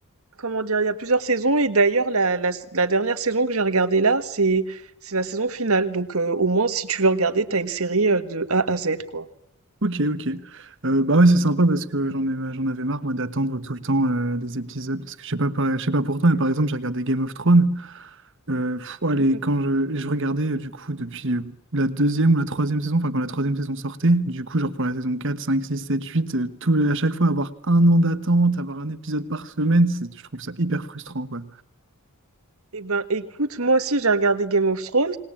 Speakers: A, on the right (about 70°); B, on the right (about 55°).
A: comment dire? Il y a plusieurs saisons et d'ailleurs la la la dernière saison que j'ai regardée là, c'est c'est la saison finale, donc heu, au moins si tu veux regarder, t'as une série, heu, de A à Z, quoi.
B: Ok, ok. Euh, bah ouais, c'est sympa parce que j'en ai, j'en avais marre, moi, d'attendre tout le temps euh, des épisodes. Parce que je sais pas, par- je sais pas pour toi, mais par exemple, j'ai regardé Game of Thrones. Euh, pff, allez,
A: <laughs>
B: quand je, je regardais, euh, du coup, depuis euh, la deuxième ou la troisième saison, enfin, quand la troisième saison sortait, du coup, genre pour la saison quatre cinq six sept huit euh, tout, à chaque fois, avoir un an d'attente, avoir un épisode par semaine, c'est, je trouve ça hyper frustrant, quoi.
A: Eh ben, écoute, moi aussi j'ai regardé Game of Thrones,